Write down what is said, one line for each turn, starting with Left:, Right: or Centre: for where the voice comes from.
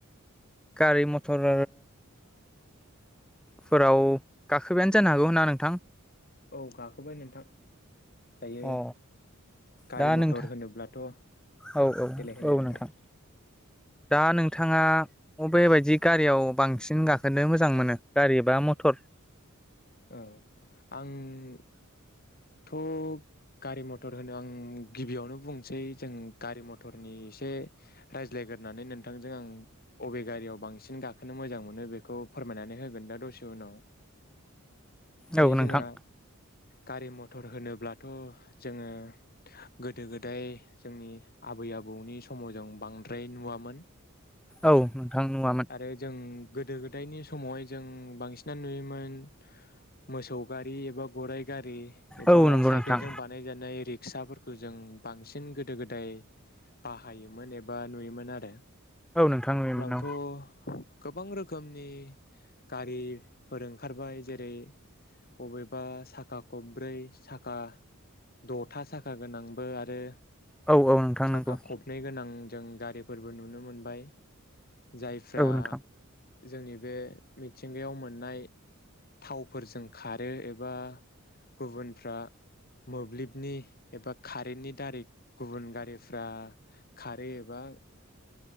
Centre: गारि मथर फोराव गाखोबायानो जानो हागौना नोंथां
Left: औ गाखोबाय नोंथां दायो
Centre: अ
Left: गारि
Centre: दा
Left: मथर
Centre: नोंथां
Left: होनोब्लाथ'
Centre: औ औ
Left: देलाय होनलाय
Centre: औ नोंथां दा नोंथाङा अबे बायदि गारियाव बांसिन गाखोनो मोजां मोनो गारि बा मथर
Left: औ आंथ' गारि मथर होनो आं गिबियावनो बुंसै जों गारि मथरनि एसे रायज्लायगोरनानै नोंथांजों आं अबे गारियाव बांसिन गाखोनो मोजां मोनो बेखौ फोरमायनानै होगोन दा दसे उनाव दायो
Centre: औ नोंथां
Left: जोंहा गारि मथर होनोब्लाथ' जोङो गोदो गोदाय जोंनि आबै आबौनि समाव जों बांद्राय नुवामोन
Centre: औ नोंथां नुवामोन
Left: आरो जों गोदो गोदायनि समावहाय जों बांसिनानो नुयोमोन मोसौ गारि एबा गराइ गारि एबा
Centre: औ नंगौ
Left: साइकेल
Centre: नोंथां
Left: जों बानाय जानाय रिक्साफोर गोजों बांसिन गोदो गोदाय बाहायोमोन एबा नुयोमोन आरो
Centre: औ नोंथां नुयोमोन ना
Left: थ' गोबां रोखोमनि गारिफोर ओंखारबाय जेरै बबेबा साखा खबब्रै साखा दथा साखा गोनांबो आरो
Centre: औ औ नोंथां
Left: साखा
Centre: नंगौ
Left: खबनै गोनां जों गारिफोरबो नुनो मोनबाय जायफ्रा
Centre: औ नोंथां
Left: जोंनि बे मिथिंगायाव मोननाय थावफोरजों खारो एबा गुबुनफ्रा मोब्लिबनि एबा खारेननि दारै गुबुन गारिफ्रा खारो एबा